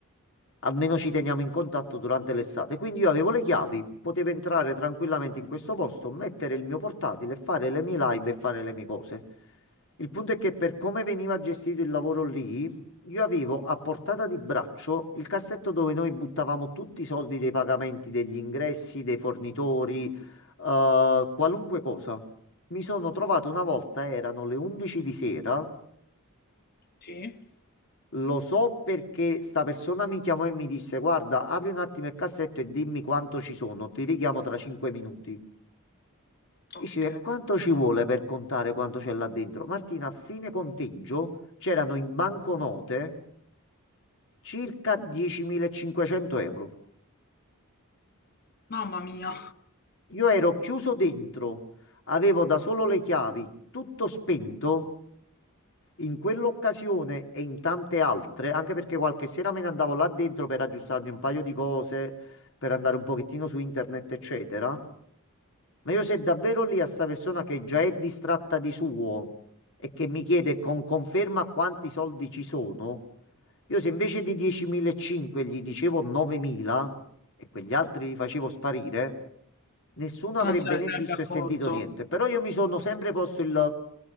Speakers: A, on the left; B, on the left.
A: almeno ci teniamo in contatto durante l'estate. Quindi io avevo le chiavi, potevo entrare tranquillamente in questo posto, mettere il mio portatile, fare le mie live e fare le mie cose. Il punto è che per come veniva gestito il lavoro lì, io avevo a portata di braccio il cassetto dove noi buttavamo tutti i soldi dei pagamenti, degli ingressi, dei fornitori eh, qualunque cosa. Mi sono trovato una volta, erano le 11 di sera.
B: sì,
A: Lo so perché sta persona mi chiamò e mi disse: Guarda, apri un attimo il cassetto e dimmi quanto ci sono. Ti richiamo tra 5 minuti. Dici,
B: ok.
A: e quanto ci vuole per contare quanto c'è là dentro? Martina, a fine conteggio c'erano in banconote circa 10.500 euro.
B: Mamma mia.
A: Io ero chiuso dentro, avevo da solo le chiavi, tutto spento. In quell'occasione e in tante altre, anche perché qualche sera me ne andavo là dentro per aggiustarmi un paio di cose, per andare un pochettino su internet, eccetera. Ma io se davvero lì a sta persona che già è distratta di suo e che mi chiede con conferma quanti soldi ci sono, io se invece di 10.500 gli dicevo 9.000 e quegli altri li facevo sparire, nessuno avrebbe
B: Non se ne
A: né
B: sarebbe
A: visto
B: accorto.
A: e sentito niente. Però io mi sono sempre posto il